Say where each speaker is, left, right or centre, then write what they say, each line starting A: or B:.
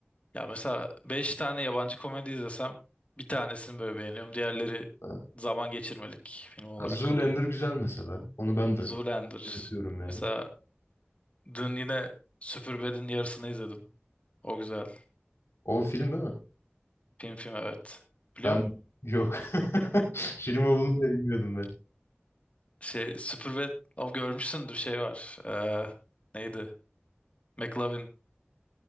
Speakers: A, on the left; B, on the left.
A: Ya mesela 5 tane yabancı komedi izlesem bir tanesini böyle beğeniyorum. Diğerleri
B: Ha.
A: zaman geçirmelik film olarak
B: Zoolander
A: kalıyor.
B: güzel mesela. Onu ben de
A: Zoolander.
B: şey yapıyorum yani.
A: Mesela dün yine Superbad'in yarısını izledim. O güzel.
B: O film değil mi?
A: Film film evet. Biliyor
B: Ben
A: musun?
B: yok. <laughs> Film olduğunu da bilmiyordum ben.
A: <laughs> Şey Superbad o görmüşsündür şey var. Ee, neydi? McLovin